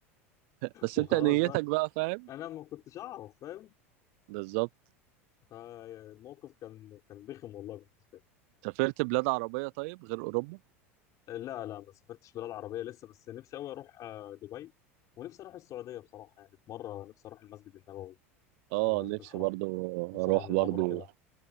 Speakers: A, on the right; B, on the left.
A: بس
B: وخلاص
A: انت نيتك
B: بقى
A: بقى فاهم
B: انا ما كنتش اعرف فاهم
A: بالظبط
B: فالموقف كان كان بخم والله بالنسبه
A: سافرت بلاد عربية طيب غير اوروبا
B: لي لا لا ما سافرتش بلاد عربيه لسه بس نفسي قوي اروح آه، دبي ونفسي اروح السعوديه بصراحه يعني في مره نفسي اروح المسجد النبوي
A: اه
B: والمسجد
A: نفسي
B: الحرام
A: برضه
B: نفسي
A: اروح
B: اروح اعمل
A: برضه
B: عمره كده